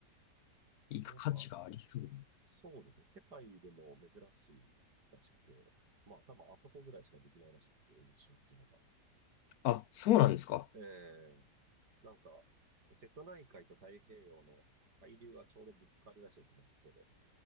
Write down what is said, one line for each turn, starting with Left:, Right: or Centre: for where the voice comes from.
Left: 行く価値がありそう。
Right: やっぱ、そうですね。世界でも珍しいらしくて、まあ多分あそこぐらいしかできないらしくて、渦潮っていうのが。
Left: あ、そうなんですか。
Right: ええなんか、瀬戸内海と太平洋の海流がちょうどぶつかるらしいんですよね、まあそこで。